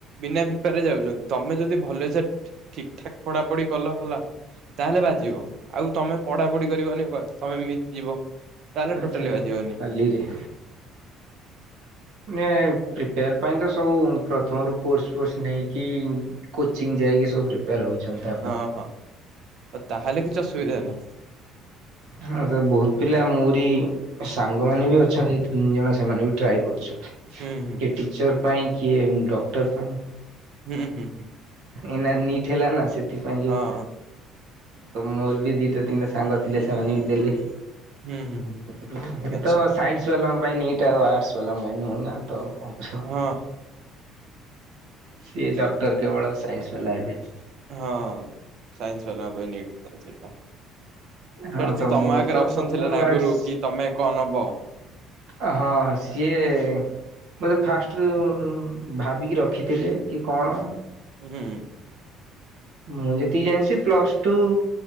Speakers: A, on the right (about 45°); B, on the right (about 80°).
A: ବିନା ପ୍ରିପାରରେ ଯାଉଚନ୍ତି ତମେ ଯଦି ଭଲସେ ଠିକ୍ ଠାକ୍ ପଡାପଡି କଲ ହେଲା ତାହେଲେ ବାଜିବ। ଆଉ ତମେ ପଢାପଢି କରିବନି ତମେ ଏମିତି ଯିବ। ତାହେଲେ
B: ଆଛା
A: ଟୋଟାଲି ବାଜିବନି
B: ଖାଲିରେ। ଏ ପ୍ରିପେୟାର ପାଇଁ ତ ସବୁ ପ୍ରଥମରୁ। କୋର୍ସ ଫୋର୍ସ ନେଇକି କୋଚିଂ ଯାଇକି ସବୁ ପ୍ରିପେୟାର ହଉଛନ୍ତି ତ।
A: ଅ ହଁ ଆଉ ତାହେଲେ କିଛି ଅସୁବିଧା ନାହିଁ।
B: ହଁ ତ ବହୁତ ପିଲା ମୋରି ସାଙ୍ଗମାନେ ବି ଅଛନ୍ତି ତିନିଜଣ ସେମାନେ ବି ଟ୍ରାଏ କରୁଛନ୍ କିଏ
A: ହୁଁ ହୁଁ
B: ଟିଚର ପାଇଁ କିଏ ଡକ୍ଟର ପାଇଁ।
A: ହୁଁ ହୁଁ ହୁଁ।
B: ଏଇନା ନିଟ୍ ହେଲା ନା ସେଥିପାଇଁ ଯୋଉ।
A: ହଁ ହଁ
B: ତ ମୋର ବି ଦିଟା ତିନିଟା ସାଙ୍ଗ ଥିଲେ ସେମାନେ ବି ଦେଲେ।
A: ହୁଁ ହୁଁ ହୁଁ
B: ଇଏ
A: ଆଚ୍ଛା
B: ତ ସାଇନ୍ସ ବାଲାଙ୍କ ପାଇଁ ଆଉ ଆଟର୍ସ ବାଲାଙ୍କ ପାଇଁ ନୁହଁ ନା। ତ କଣ କହୁସ।
A: ହଁ
B: ସିଏ ଡକ୍ଟର କେବଳ ସାଇନ୍ସ ବାଲା ହେବେ।
A: ହଁ ସାଇନ୍ସ ବାଲା ଙ୍କ ପାଇଁ ନିଟ୍ ତ ସେଇଟା।
B: ହଁ
A: ସେଇଟା ତ ତମ
B: ମୋର
A: ଆଗରେ
B: ତ
A: ଅପସନ
B: ପ୍ରଥମରୁ
A: ଥିଲା ନା
B: ଆର୍ଟସ
A: ଆଗରୁ କି ତମେ କଣ ନବ।
B: ଅ ହଁ ସିଏ। ମୋତେ ଫାଷ୍ଟ ରୁ ଭାବିକି ରଖିଥିଲେ, କି କଣ।
A: ଉଁ ହୁଁ।
B: ମୁ ଯେତିକି ଜାଣିଛି ପ୍ଲସ ଟୁ।